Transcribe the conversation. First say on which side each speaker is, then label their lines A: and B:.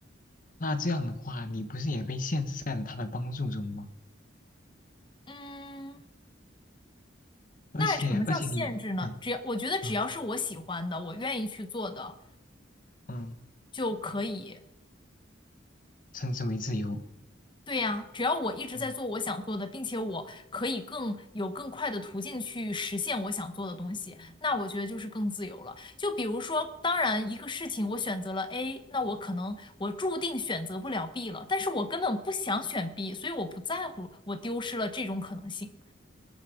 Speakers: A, on the left; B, on the left.
A: 那这样的话，你不是也被限制在了他的帮助中吗？
B: 嗯，
A: 而且，
B: 那什么叫限制呢？
A: 而且你，对，
B: 只要我觉得只要是我喜欢的，
A: 嗯
B: 我愿意去做的
A: 嗯，
B: 就可以。
A: 称之为自由，
B: 对呀，只要我一直在做我想做的，
A: 嗯
B: 并且我可以更有更快的途径去实现我想做的东西，那我觉得就是更自由了。就比如说，当然一个事情我选择了 A，那我可能我注定选择不了 B 了，但是我根本不想选 B，所以我不在乎我丢失了这种可能性。